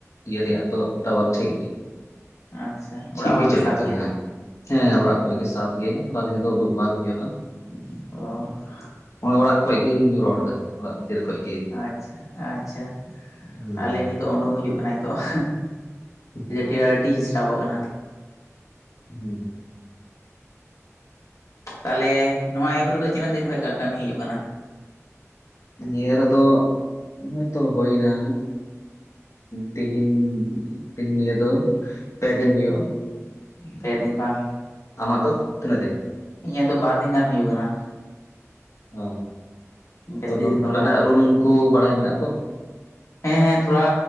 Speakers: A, on the left (about 65°); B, on the left (about 80°).
A: ᱤᱭᱟᱹ ᱨᱮᱭᱟᱜ ᱫᱚ ᱴᱟᱣᱟᱨ ᱴᱷᱤᱠ ᱜᱮᱭᱟ᱾
B: ᱟᱪᱪᱷᱟ
A: ᱴᱷᱤᱠ
B: ᱚᱲᱟᱜ ᱦᱚᱲ
A: ᱜᱮ ᱪᱟᱞᱩᱜ
B: ᱥᱟᱵ
A: ᱛᱟᱦᱮᱸ
B: ᱜᱮᱭᱟ
A: ᱦᱮᱸ ᱚᱲᱟᱜ ᱠᱷᱚᱡ ᱜᱮ ᱥᱟᱵ ᱜᱮᱭᱟᱭ ᱵᱟᱨᱦᱮ ᱫᱚ ᱩᱰᱩᱠ ᱵᱟᱝ ᱦᱩᱭᱩᱜᱼᱟ᱾
B: ᱚᱻ
A: ᱚᱸᱬᱮ ᱚᱲᱟᱜ ᱠᱷᱚᱡ ᱜᱤᱧ ᱨᱚᱲ ᱮᱫᱟ᱾ ᱚᱲᱟᱜ ᱵᱷᱤᱛᱤᱨ ᱠᱷᱚᱡ ᱜᱮ
B: ᱟᱪᱪᱷᱟ ᱟᱪᱪᱷᱟ
A: ᱦᱮᱸ᱾
B: ᱟᱞᱮ ᱧᱩᱛᱩᱢᱼᱼ ᱛᱚ ᱩᱰᱩᱝ ᱦᱤᱡᱩᱜ ᱠᱟᱱᱟ ᱱᱤᱛᱚᱜ
A: ᱚ
B: <unintelligible> ᱟᱹᱰᱤ ᱰᱤᱥᱴᱟᱵᱚᱜ ᱠᱟᱱᱟ᱾
A: ᱦᱮᱸ
B: ᱛᱟᱦᱞᱮ ᱱᱚᱣᱟ ᱮᱯ ᱨᱮᱫᱚ ᱛᱤᱱᱟᱹᱜ ᱫᱤᱱ ᱠᱷᱚᱡ ᱠᱟᱹᱢᱤ ᱦᱩᱭᱩᱜ ᱠᱟᱱᱟ᱾
A: ᱱᱤᱭᱟᱹ ᱨᱮᱫᱚ ᱚᱱᱮ ᱛᱚ ᱦᱩᱭᱮᱱᱟ᱾ ᱛᱤᱦᱤᱧ ᱛᱤᱦᱤᱧ ᱱᱤᱭᱟᱹ ᱫᱚ ᱯᱮ ᱫᱤᱱ ᱦᱩᱭᱩᱜᱼᱟ᱾
B: ᱯᱮ ᱫᱤᱱ ᱵᱟᱝ?
A: ᱟᱢᱟᱜ ᱫᱚ ᱛᱤᱱᱟᱹᱜ ᱫᱤᱱ?
B: ᱤᱧᱟᱹᱜ ᱫᱚ ᱵᱟᱨ ᱫᱤᱱ ᱜᱟᱱ ᱦᱩᱭᱩᱜ ᱠᱟᱱᱟ᱾
A: ᱚ
B: ᱡᱟᱹᱥᱛᱤ
A: ᱛᱚ ᱱᱚᱸᱰᱮᱱᱟᱜ
B: ᱫᱤᱱ ᱫᱚ ᱵᱟᱝ
A: ᱨᱩᱞ ᱠᱚ ᱵᱟᱲᱟᱭ ᱢᱮᱱᱟᱜᱼᱟ ᱛᱚ᱾
B: ᱦᱮᱸ ᱦᱮᱸ ᱛᱷᱚᱲᱟ